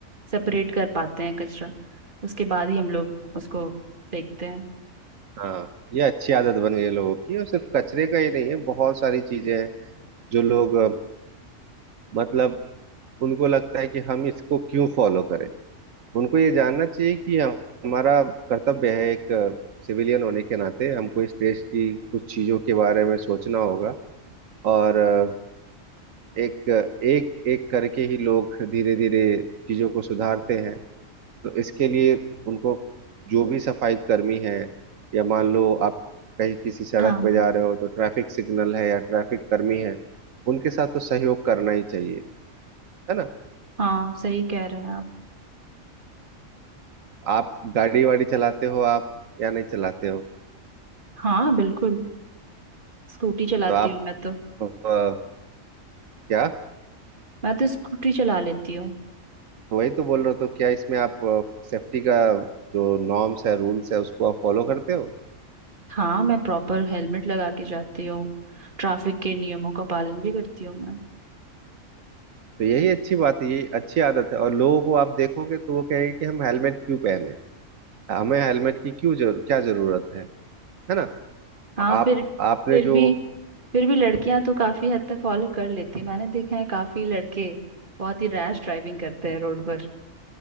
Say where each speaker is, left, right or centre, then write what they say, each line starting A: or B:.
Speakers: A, on the right (about 40°); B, on the right (about 75°).
A: सेपरेट कर पाते हैं कचरा उसके बाद ही हम लोग उसको फेंकते हैं
B: हाँ ये अच्छी आदत बन गई है लोगों की और सिर्फ कचरे का ही नहीं है बहुत सारी चीजें हैं जो लोग अ, मतलब उनको लगता है कि हम इसको क्यों फॉलो करें उनको ये जानना चाहिए कि हम- हमारा कर्तव्य है एक सिविलियन होने के नाते हमको इस देश की कुछ चीजों के बारे में सोचना होगा और अ, एक एक एक करके ही लोग धीरे धीरे चीजों को सुधारते हैं तो इसके लिए उनको जो भी सफाई कर्मी है या मान लो आप कहीं किसी सड़क
A: हाँ
B: पे जा रहे हो तो ट्रैफिक सिग्नल है या ट्रैफिक कर्मी है उनके साथ तो सहयोग करना ही चाहिए है ना
A: हाँ सही कह रहे हैं आप
B: आप गाड़ी वाड़ी चलाते हो आप या नहीं चलाते हो
A: हाँ बिल्कुल स्कूटी चलाती
B: तो आप
A: हूँ मैं तो
B: अ, क्या
A: मैं तो स्कूटी चला लेती हूँ
B: तो वही तो बोल रहे हो तो क्या इसमें आप सेफ्टी का जो नॉर्म्स है रूल्स है उसको आप फॉलो करते हो
A: हाँ मैं प्रॉपर हेलमेट लगा के जाती हूँ ट्रैफिक के नियमों का पालन भी करती हूँ मैं
B: तो यही अच्छी बात है ये अच्छी आदत है और लोगों को आप देखोगे तो वो कहेंगे कि हम हेलमेट क्यों पहने हमें हेलमेट की क्यों जरूर क्या जरूरत है है ना
A: हाँ
B: आप
A: फिर
B: आपने
A: फिर
B: जो
A: भी फिर भी लड़कियां तो काफी हद तक फॉलो कर लेती हैं मैंने देखा है काफी लड़के बहुत ही रैश ड्राइविंग करते हैं रोड पर